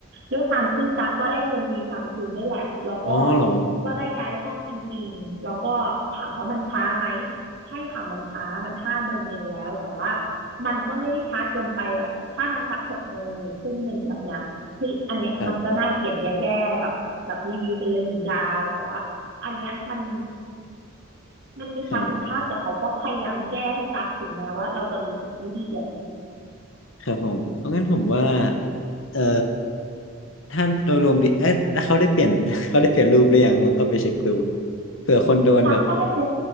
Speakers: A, on the right; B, on the left.
A: ด้วยความที่ตั๊กก็ได้เงินดีซัมซุงด้วยแหละแล้วก็
B: อ๋อเหรอ
A: ก็ได้ย้ายห้องจริงๆแล้วก็ถามว่ามันช้าไหมใช่ค่ะมันช้ามันห้าโมงเย็นแล้วแต่ว่ามันก็ไม่ได้ช้าเกินไปแบบถ้ามันสักหกโมงหรือทุ่มหนึ่งแบบเนี้ยคืออันเนี้ยมันก็น่าเขียนแย่ๆแบบแบบรีวิวไปเลยหนึ่งดาวแต่ว่าอันเนี้ยมัน
B: ครับ
A: มันมีความผิดพลาดแต่เขาก็พยายามแก้ให้ตักถึงแม้ว่าเราจะรู้สึกไม่ดีอย่างนี้
B: ครับ ครับผมเพราะงั้นผมว่าเอ่อถ้าโดยรวมดีเอ๊ะแล้วเขาได้เปลี่ยน <laughs> เขาได้เปลี่ยนรูปหรือยังลองเข้าไปเช็คดูเผื่อคนโดนแบบ
A: ตักเข้าไปเช็ค